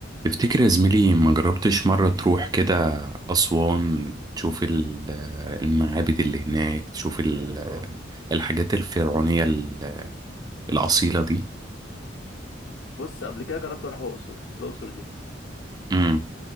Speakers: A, on the right (about 20°); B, on the left (about 65°).
A: تفتكر يا زميلي ما جربتش مرة تروح كده أسوان تشوف ال- المعابد اللي هناك تشوف ال- الحاجات الفرعونية ال- الأصيلة دي
B: بص قبل كده جربت اروح الاقصر الاقصر دي
A: امم